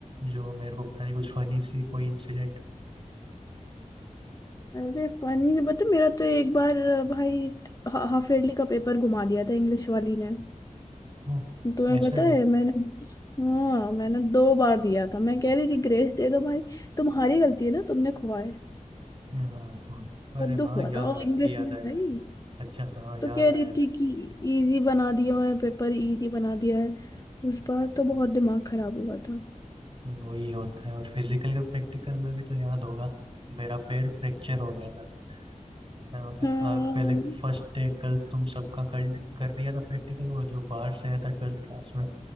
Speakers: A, on the right; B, on the left.
A: जो मेरे को पता नहीं कुछ फनी सी कोई इंसिडेंट हो
B: अरे फनी बता मेरा तो एक बार अ, भाई हा- हाफ ईयरली का पेपर घुमा दिया था इंग्लिश वाली ने
A: ओह
B: तुम्हें
A: ऐसा
B: पता
A: क्या
B: है मैंने हाँ मैंने दो बार दिया था मैं कह रही थी ग्रेस दे दो भाई तुम्हारी गलती है ना तुमने खुआए
A: हाँ, वो- अरे
B: बहुत
A: हाँ
B: दुख हुआ
A: याद
B: था और
A: आ
B: इंग्लिश
A: याद
B: में
A: आया
B: भाई
A: अच्छा हाँ याद
B: तो कह
A: आया
B: रही थी कि इजी बना दिया है पेपर इजी बना दिया है उस बार तो बहुत दिमाग खराब हुआ था
A: हम्म, वही होता है और फिजिकल का प्रैक्टिकल में भी तो याद होगा मेरा पैर फ्रैक्चर हो गया था हाँ,
B: हाँ
A: हाँ, पहले फर्स्ट डे गलत तुम सबका कर कर दिया था प्रैक्टिकल वो जो बाहर से आया था ट्वेल्थ क्लास में